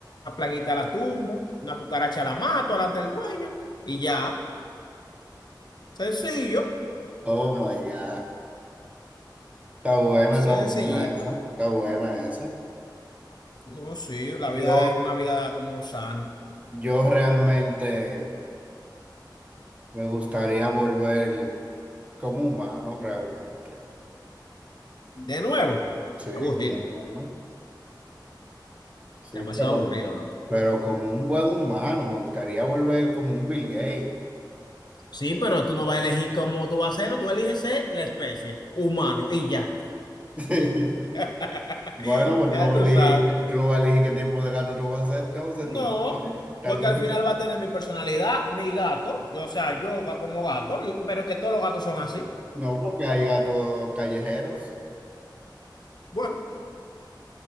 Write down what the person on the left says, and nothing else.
una plaguita la tumbo, una cucaracha la mato delante del dueño y ya, sencillo,
sencillito.
No, sí, la vida
es una vida como sana.
De nuevo,
aburrido,
demasiado
aburrido, ¿no?
Sí, pero tú no vas a elegir cómo tú vas a ser, no, tú eliges ser la especie, humano, y ya.
<laughs>
Ya
tú
sabes.
No,
porque
al
final va a tener mi personalidad, mi gato, yo, o sea, yo ga- como gato, pero que todos los gatos son así.
Bueno,